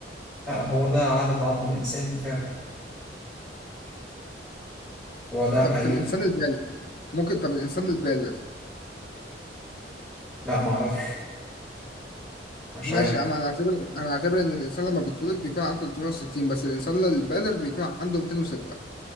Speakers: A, in the centre; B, on the left (about 55°).
A: لا هو ده عدد عظم الإنسان فعلا هو ده الحقيقي
B: طب في الانسان البالغ ممكن طب الانسان البالغ
A: لا ما اعرفش مش
B: ماشي
A: عارف
B: اما انا اعتبر انا اعتبر ان الانسان لما بيتولد بيكون عنده 360 بس الانسان البالغ بيكون عنده 206